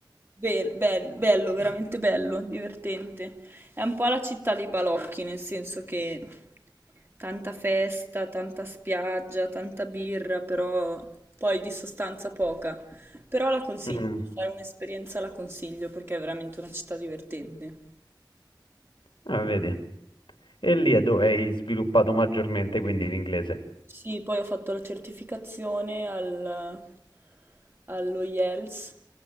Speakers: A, on the right; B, on the left.
A: Be- bel- bello, veramente bello, divertente. È un po' la città dei balocchi, nel senso che tanta festa, tanta spiaggia, tanta birra, però poi di sostanza poca. Però la consiglio,
B: Mm,
A: se fai un'esperienza la consiglio perché è veramente una città divertente.
B: ah, vedi. E lì è dove hai sviluppato maggiormente quindi l'inglese.
A: Sì, poi ho fatto la certificazione al, allo IELTS,